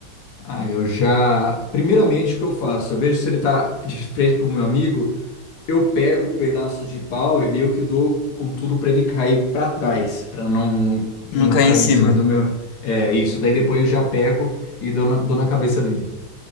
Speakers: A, on the left; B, on the left.
A: Ah, eu já. Primeiramente, o que eu faço? Eu vejo se ele tá de frente pro meu amigo. Eu pego o pedaço de pau e meio que dou com tudo pra ele cair pra trás, pra não, não, não
B: não cai
A: cair
B: em cima.
A: em cima do meu. É isso. Daí depois eu já pego e dou na, dou na cabeça dele.